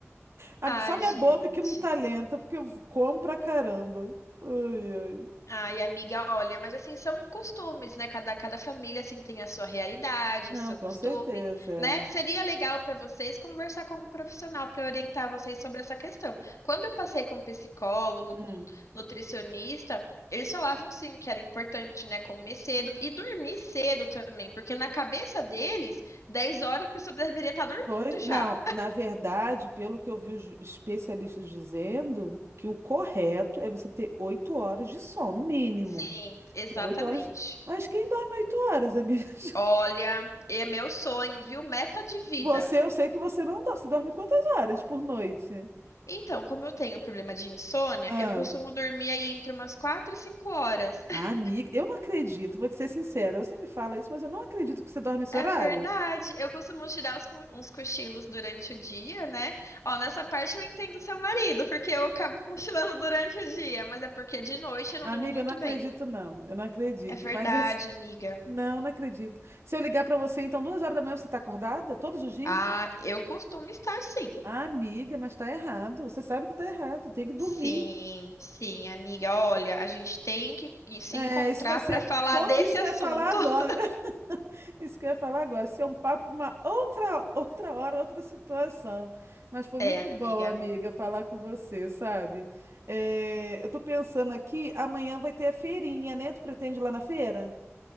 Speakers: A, on the right; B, on the left.
A: A-
B: Ai,
A: Só minha
B: gente.
A: boca que não tá lenta, porque eu como pra caramba. Ai, ai.
B: Ai, amiga, olha, mas assim, são costumes, né? Cada, cada família, assim, tem a sua realidade,
A: Não,
B: o seu
A: com
B: costume,
A: certeza. é.
B: né? Seria legal para vocês conversar com um profissional para orientar vocês sobre essa questão. Quando eu passei com um psicólogo,
A: Hum.
B: com um nutricionista, eles falavam, sim, que era importante, né, comer cedo e dormir cedo também, porque na cabeça deles, 10 horas a pessoa <laughs> deveria estar dormindo
A: Pois,
B: já.
A: não, na verdade, pelo que eu vi os especialistas dizendo, que o correto é você ter oito horas de sono, no mínimo.
B: Sim, exatamente.
A: Tem oito horas. Mas quem dorme oito horas, amiga?
B: Olha,
A: <laughs>
B: é meu sonho, viu? Meta de vida.
A: Você, eu sei que você não dorme. Você dorme quantas horas por noite?
B: Então, como eu tenho problema de insônia,
A: Ah,
B: eu costumo dormir aí entre umas 4 e 5 horas.
A: amiga,
B: <laughs>
A: eu não acredito, vou te ser sincera. Você me fala isso, mas eu não acredito que você dorme esse
B: É
A: horário.
B: verdade. Eu costumo tirar uns co- uns cochilos durante o dia, né? Ó, nessa parte eu entendo seu marido, porque eu acabo cochilando <laughs> durante o dia, mas é porque de noite eu
A: Amiga,
B: não durmo muito
A: eu não acredito,
B: bem.
A: não. Eu não acredito,
B: É verdade,
A: mas assim,
B: amiga.
A: não, não acredito. Se eu ligar pra você, então, duas horas da manhã, você tá acordada? Todos os dias?
B: Ah, eu costumo estar sim.
A: Ah, amiga, mas tá errado. Você sabe que tá errado. Tem que dormir.
B: Sim, sim, amiga. Olha, a gente tem que que se
A: É,
B: encontrar
A: isso vai ser.
B: para falar
A: co-
B: desse
A: Isso que
B: assunto.
A: eu ia falar agora.
B: <laughs>
A: <laughs> Isso que eu ia falar agora. Isso é um papo para uma outra, outra hora, outra situação. Mas foi
B: É,
A: muito
B: amiga.
A: bom, amiga, falar com você, sabe? É, eu tô pensando aqui, amanhã vai ter a feirinha, né? Tu pretende ir lá na feira?